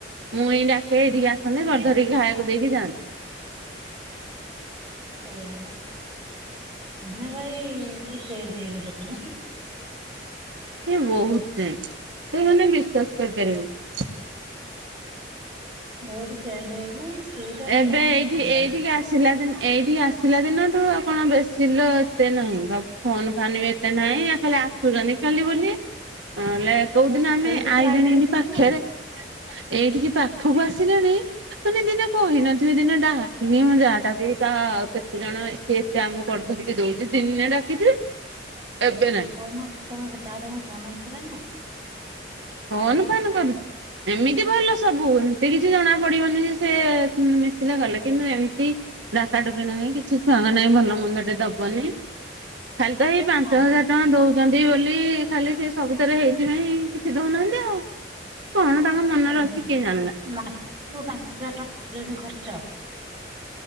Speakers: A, on the right; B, on the right.
A: ମୁଁଇ ଡାକେ ଏଇଠିକି ଆସ ଯେ
B: ହୁଁ।
A: କରି ଧରିକି ଖାଇବାକୁ ଦେଇକି ଯାନ୍
B: ସେଇଆ ହେଲା କଥା। ଟୁନା ଭାଇ ବି ଚେଞ୍ଜ ହେଇଗଲେ ନାହିଁ।
A: ସିଏ ବହୁତ ଚେଞ୍ଜ ତୁ ମାନେ ବିଶ୍ଵାସ କରିପାରିବନି।
B: ବହୁତ ଚେଞ୍ଜ ହେଇଗଲା। ସେଇଟା ମତେ
A: ଏବେ
B: ଭଲ
A: ଏଇଠି
B: ଲାଗେ।
A: ଏଇଠିକି ଆସିଲା ଦିନ ଏଇଠିକି ଆସିଲା ଦିନଠୁ ଆଉ କ'ଣ ବେଶୀ ଲୋ ଏତେ ନାହିଁ। <inaudible> ଫୋନ ଫାନ୍ ବି ଏତେ ନାହିଁ ଖାଲି ଆସୁଛନ୍ତି ଖାଲି ବୋଲି ନହେଲେ କୋଉଦିନ ଆମେ
B: କୋଉଠିକି
A: ଆଇଲେଣି ଏଠି
B: କି
A: ପାଖରେ
B: ସେ?
A: ଏଇଠିକି ପାଖକୁ ଆସିଛନ୍ତି ମାନେ ଦିନ କହିନଥିବେ ଦିନେ ଡାହାକିବି ମୋ ଜା ଟା କି ତା କେତେ ଜଣ ସିଏ ଏତେ ଆମ କରି ଧରିକି ଦଉଛି। ଦିନେ ଡାକିଥିବେ। ଏବେ ନାଇଁ
B: ଫୋନ ଉଠଉନ ଜା ତମକୁ ଫୋନ କରେ ନା?
A: ଫୋନ ଫାନ କରୁଛି। ଏମିତି ଭଲ ସବୁ ଏମିତି କିଛି ଜଣା ପଡିବନି ଯେ ସେ ମିଶିଲେ ଗଲେ କିନ୍ତୁ ଏମିତି ଡାକାଡୁକି ନାହିଁ କିଛି ଛୁଆଙ୍କ ନାଇ ଭଲ ମନ୍ଦ ଟେ ଦବନି। ଖାଲି ତ ହେଇ ପାଞ୍ଚ
B: ଆଉ
A: ହଜାର ଟଙ୍କା ଦଉଛନ୍ତି ବୋଲି ଖାଲି ସିଏ ସବୁଥରେ ହେଇଥିପାଇଁ ଛି ଦଉ ନାହାନ୍ତି ଆଉ। କଣ ତାଙ୍କ ମନରେ
B: ଓହୋଃ!
A: ଅଛି କିଏ ଜାଣିଲା।
B: ନା ନା ଯୋଉ ପାଞ୍ଚ ହଜାର ଟଙ୍କା ଯଦି ଖର୍ଚ୍ଚ